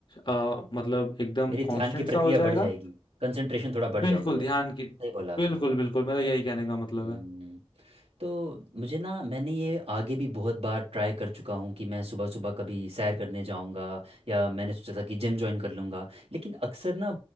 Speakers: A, on the left; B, on the right.
A: मतलब एकदम
B: मेरी ध्यान
A: कांस्टेंट
B: की
A: सा
B: प्रक्रिया
A: हो जाएगा
B: बढ़ जाएगी कंसंट्रेशन थोड़ा बढ़ जाएगा
A: बिल्कुल
B: मेरा
A: ध्यान की
B: सही बोला आपने
A: बिल्कुल बिल्कुल मेरा यही कहने का मतलब
B: हम्म,
A: है
B: तो मुझे ना मैंने ये आगे भी बहुत बार ट्राई कर चुका हूँ कि मैं सुबह सुबह कभी सैर करने जाऊँगा या मैंने सोचा था कि जिम ज्वाइन कर लूँगा लेकिन अक्सर ना